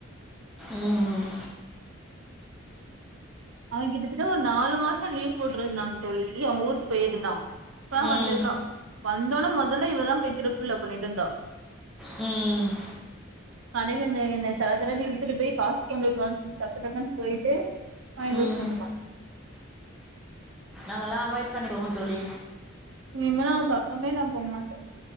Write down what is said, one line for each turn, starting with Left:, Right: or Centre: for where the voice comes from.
Centre: ம் ம்
Right: அவன் கிட்டத்தட்ட ஒரு நாலு மாசோ லீவ் போட்ருந்தா தோழி அவ்ங்க ஊருக்கு போய்ருந்தா இப்ப தா
Centre: ம்
Right: வந்திருக்கா வந்தொனே மொதல்ல இவதா போய் திருப்புல பண்ணிட்டு இருந்தா
Centre: ம்
Right: கடைல இந்த என்ன தர தரன்னு இழுத்துட்டு போய் காஸ் கொண்ட்டுவான் டக்கு டக்குன்னு போய்ட்டு ஃப்வைனல்ஸ்
Centre: ம்
Right: ஒன்னுதா
Centre: அதெல்லா அவாய்ட் பண்ணிக்கோங்க தோழி
Right: இன்னிமேலு அவன் பக்கமே நா போ மாட்ட